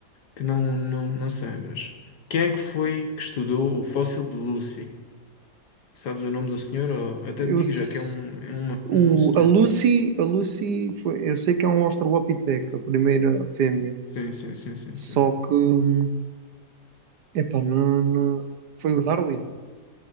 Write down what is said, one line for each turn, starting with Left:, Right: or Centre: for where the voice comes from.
Left: que não, não, não sei, mas quem é que foi que estudou o fóssil de Lucy? Sabes o nome do senhor? Ou... Até
Right: Eu,
Left: te digo
Right: s-
Left: já que é um, é uma-
Right: o,
Left: um senhor.
Right: a Lucy, a Lucy foi, eu sei que é um Australopithec, a primeira fêmea.
Left: Sim, sim, sim, sim,
Right: Só
Left: sim.
Right: que, hum, é pá, não, não- foi o Darwin.